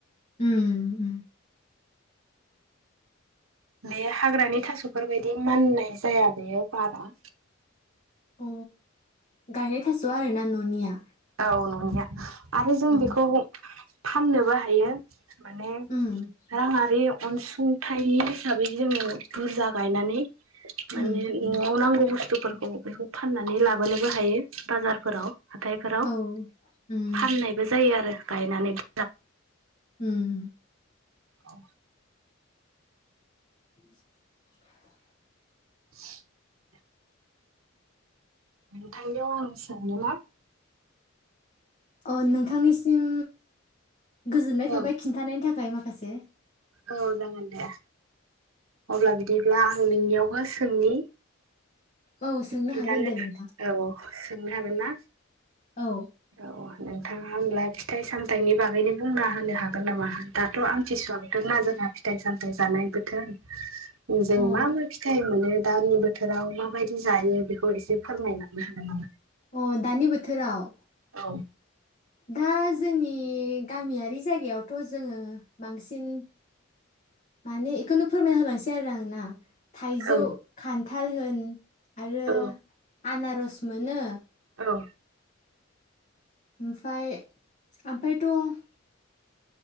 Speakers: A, on the left (about 35°); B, on the right (about 85°).
A: उम उम।
B: बे हाग्रानि थास'फोरबायदि माननाय जाया बेयो बारा।
A: अ गायनाय थास' आरोना न'निया
B: औ ननिया। आरो जों
A: औ
B: बेखौ फाननोबो हायो। माने
A: उम
B: रांआरि अनसुंथाइ हिसाबै जोङो बुरजा गायनानै माने
A: उम
B: नं आव नांगौ बु स्थुफोरखौ बेखौ फाननानै लाबोनोबो हायो बाजारफोराव हाथाय बेफोराव
A: औ उम
B: फाननायबो जायो आरो। गायनानै <inaudible>
A: उम।
B: औ।
A: <inaudible>
B: <inaudible> नोंथांनायाव आं सोंनो मा
A: अ नोंथांनिसिम गोजोन्नाय थाबाय
B: औ
A: खिन्थानायनि था खाय माखासे।
B: औ जागोन दे अब्ला बिदिब्ला आं नोंनियावबो सोंनि
A: औ सोंनो
B: खिन्थानो
A: हागोन दे नोंथां।
B: औ सोंनो हागोन ना?
A: औ।
B: औ नोंथाङा होनोमब्ला फिथाइ सामथाइनि बागैनो बुंना होनो हागोन नामा दाथ' आमथिसुवा बोथोर ना जोंहा फिथाय सामथाय जानाय बोथोर जों
A: औ
B: मा मा फिथाइ मोनो? दानि बोथोराव माबायदि जायो बेखौ एसे फोरमायलांनो होगोन नामा?
A: अ दानि बोथोराव
B: औ
A: दा जोंनि गामियारि जायगायावथ' जोङो बांसिन माने इखौनो फोरमायना होलांसै आरो आं ना। थाइजौ
B: औ
A: खान थाल होन आरो
B: औ
A: आनारस मोनो
B: औ
A: ओमफाय ओमफ्रायथ'